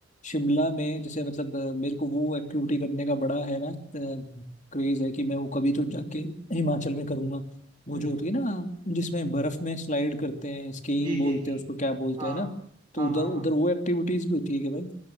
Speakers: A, on the left; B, on the right.
A: शिमला में जैसे मतलब अ, मेरे को वो एक्टिविटी करने का बड़ा है ना क्रेज है कि मैं वो कभी तो जाके हिमाचल में करूंगा वो
B: हम्म
A: जो होती है ना जिसमें बर्फ में स्लाइड करते हैं स्कीइंग
B: जी जी
A: बोलते
B: जी
A: हैं उसको क्या बोलते
B: हाँ
A: हैं ना तो
B: हाँ
A: उधर
B: हाँ
A: उधर
B: हाँ
A: वो एक्टिविटीज भी होती है कि भाई